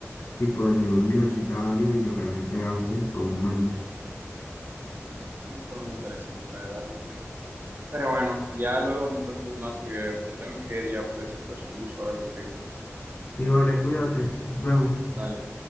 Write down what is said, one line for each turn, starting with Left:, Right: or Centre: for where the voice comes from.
Left: tipo del nivel universitario y lo que la gente hace comúnmente.
Right: ah, una forma interesante de verlo. Pero bueno, ya luego me cuentas más porque me tengo que ir ya, pero siempre es un gusto hablar contigo.
Left: Y vale, cuídate, nos vemos.
Right: Dale.